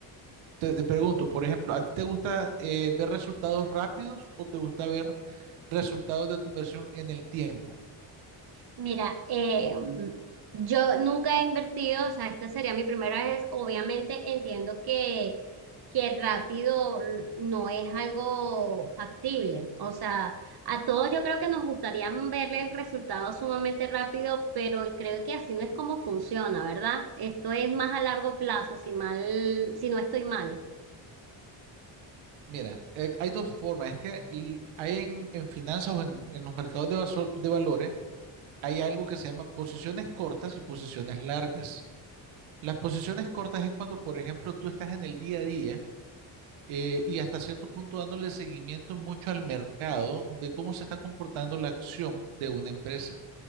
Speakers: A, on the right; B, on the right.
A: te, te pregunto, por ejemplo, ¿a ti te gusta eh, ver resultados rápidos o te gusta ver resultados de tu inversión en el tiempo?
B: Mira, eh, yo nunca he invertido, o sea, esta sería mi primera vez. Obviamente entiendo que, que rápido no es algo factible. O sea, a todos yo creo que nos gustaría verle el resultado sumamente rápido, pero creo que así no es como funciona, ¿verdad? Esto es más a largo plazo, si mal, si no estoy mal.
A: Mira, eh, hay dos formas. Es que l- hay en, en finanzas o en, en los mercados de, varso- de valores, hay algo que se llama posiciones cortas y posiciones largas. Las posiciones cortas es cuando, por ejemplo, tú estás en el día a día eh, y hasta cierto punto dándole seguimiento mucho al mercado de cómo se está comportando la acción de una empresa,